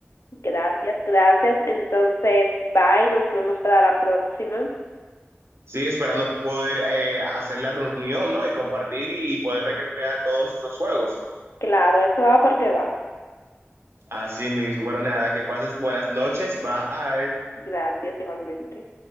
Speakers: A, on the left; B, on the right.
A: Gracias, gracias. Entonces, bye, nos vemos para la próxima.
B: Sí, esperando poder eh, hacer la reunión, ¿no? Y compartir y poder recrear todos esos juegos.
A: Claro, eso va porque va.
B: Así mismo, pero nada, que pases buenas noches, bye.
A: Gracias igualmente.